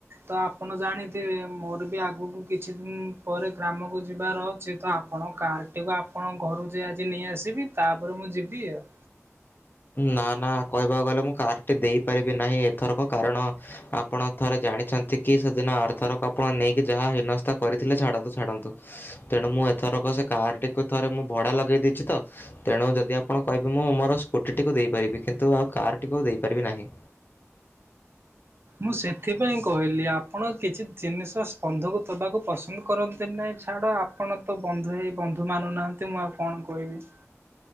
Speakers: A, on the right; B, on the left.
A: ତ ଆପଣ ଜାଣିଥିବେ ମୋର ବି ଆଗକୁ କିଛି ଦିନ୍ ପରେ ଗ୍ରାମକୁ ଯିବାର ଅଛି, ତ ଆ ଆପଣଙ୍କ କାରଟିକୁ ଆପଣଙ୍କ ଘରୁ ଯାଇ ଆଜି ନେଇଆସିବି ତାପରେ ମୁଁ ଯିବି ଆଉ।
B: ନା ନା କହିବାକୁ ଗଲେ ମୁଁ କାର୍ ଟି ଦେଇପାରିବି ନାହିଁ ଏଥରକ କାରଣ ଆପଣ ଥରେ ଜାଣିଛନ୍ତି କି ସେଦିନ ଆରଥରକ ଆପଣ ନେଇକି ଯାହା ହିନସ୍ତା କରିଥିଲେ ଛାଡ଼ନ୍ତୁ ଛାଡ଼ନ୍ତୁ। ତେଣୁ ମୁଁ ଏଥରକ ସେ କାର୍ ଟିକୁ ଥରେ ମୁଁ ଭଡ଼ା ଲଗେଇ ଦେଇଛି ତ। ତେଣୁ ଯଦି ଆପଣ କହିବେ ମୁଁ ମୋର ସ୍କୁଟିଟିକୁ ଦେଇପାରିବି କିନ୍ତୁ ଆଉ କାର୍ ଟିକୁ ଆଉ ଦେଇପାରିବି ନାହିଁ।
A: ମୁଁ ସେଥିପାଇଁ କହିଲି ଆପଣ କିଛି ଜିନିଷ ସ୍ପନ୍ଧକୁ ଦେବାକୁ ପସନ୍ଦ କରନ୍ତି ନାହିଁ, ଛାଡ଼ ଆ ଆପଣ ତ ବନ୍ଧୁ ହେଇ ବନ୍ଧୁ ମାନୁନାହାଁନ୍ତି ମୁଁ ଆଉ କଣ କହିବି।